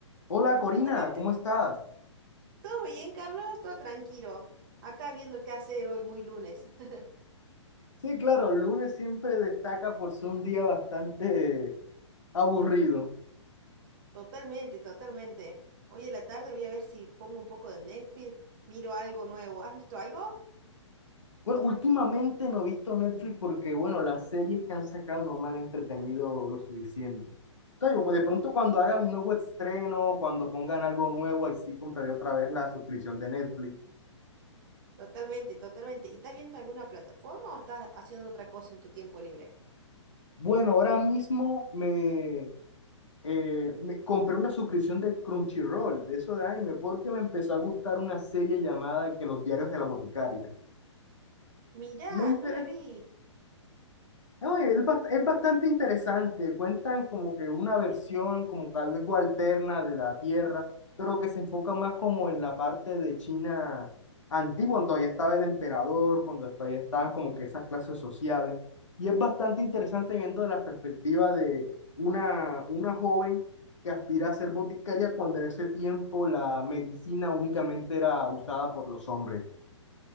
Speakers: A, on the left; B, on the right.
A: Hola Corina,
B: Hola,
A: ¿cómo
B: Ca-
A: estás?
B: ¿todo bien, Carlos? Todo tranquilo. Acá viendo qué hacer hoy, muy lunes. <laughs>
A: Sí, claro, el lunes siempre destaca por ser un día bastante aburrido.
B: Totalmente, totalmente. Hoy en la tarde voy a ver si pongo un poco de Netflix, miro algo nuevo. ¿Has visto algo?
A: Bueno, últimamente no he visto Netflix porque, bueno, las series que han sacado no me han entretenido lo suficiente. Entonces, pues, de pronto cuando hagan un nuevo estreno, cuando pongan algo nuevo, ahí sí compraré otra vez la suscripción de Netflix.
B: Totalmente, totalmente. ¿Y estás viendo alguna plataforma o estás haciendo otra cosa en tu tiempo libre?
A: Bueno, ahora mismo me, eh, me compré una suscripción de Crunchyroll, de eso de anime, porque me empezó a gustar una serie llamada que Los Diarios de la Boticaria.
B: Mirá,
A: Me interesa
B: no la vi.
A: No, es, bast- es bastante interesante. Cuentan como que una versión, como que algo alterna de la Tierra, pero que se enfoca más como en la parte de China antigua, cuando todavía estaba el emperador, cuando todavía estaban como que esas clases sociales. Y es bastante interesante viendo la perspectiva de una, una joven que aspira a ser boticaria cuando en ese tiempo la medicina únicamente era usada por los hombres.